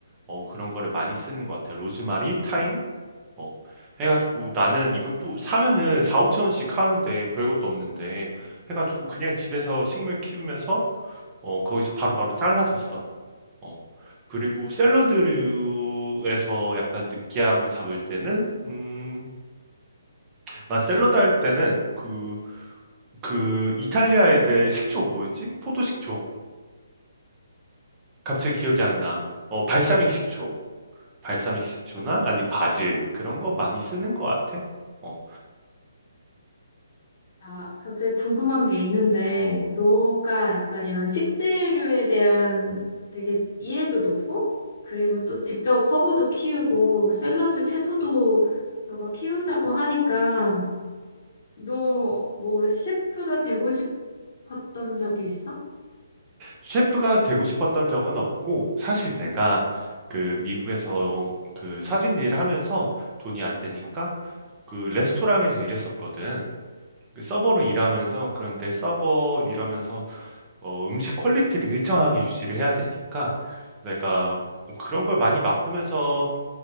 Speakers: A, on the right (about 20°); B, on the left (about 50°).
A: 어, 그런 거를 많이 쓰는 것 같아. 로즈마리, 타임 어. 해가지고 나는 이걸 또 사면은 4, 5천 원씩 하는데 별것도 없는데 해가지고 그냥 집에서 식물 키우면서 어, 거기서 바로바로 잘라서 써. 어. 그리고 샐러드류에서 약간 느끼함을 잡을 때는 음, 난 샐러드 할 때는 그, 그 이탈리아 애들 식초 뭐였지? 포도 식초. 갑자기 기억이 안 나. 어, 발사믹 식초. 발사믹 식초나 아니 바질 그런 거 많이 쓰는 것 같아. 어.
B: 아, 갑자기 궁금한 게 있는데, 너가 약간 이런 식재료에 대한 되게 이해도 높고, 그리고 또 직접 허브도 키우고, 샐러드 채소도 너가 키운다고 하니까, 너 뭐 셰프가 되고 싶었던 적이 있어?
A: 셰프가 되고 싶었던 적은 없고 사실 내가 그 미국에서 그 사진 일을 하면서 돈이 안 되니까 그 레스토랑에서 일했었거든. 그 서버로 일하면서 그런데 서버 일하면서 어, 음식 퀄리티를 일정하게 유지를 해야 되니까 내가 뭐 그런 걸 많이 맛보면서